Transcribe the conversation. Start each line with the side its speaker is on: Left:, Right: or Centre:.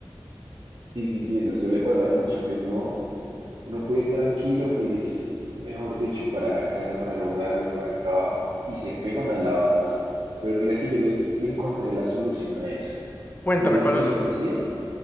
Right: Sí, sí, sí, eso suele pasar mucho, que uno, uno puede ir tranquilo, feliz, mejor dicho, para la casa, para el hogar o para el trabajo y se pega unas lavadas. Pero mira que yo le, le encontré la solución a eso.
Left: Cuéntame
Right: Yo a la
Left: cuál
Right: N
Left: es el
Right: S